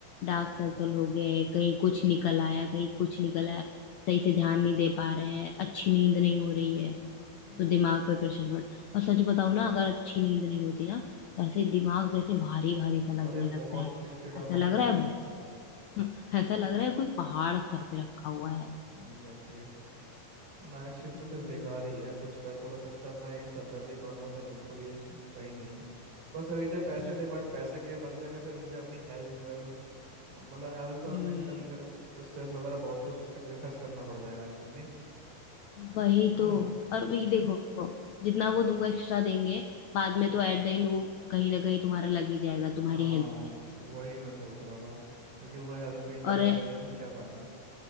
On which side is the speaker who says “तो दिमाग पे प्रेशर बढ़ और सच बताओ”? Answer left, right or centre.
Left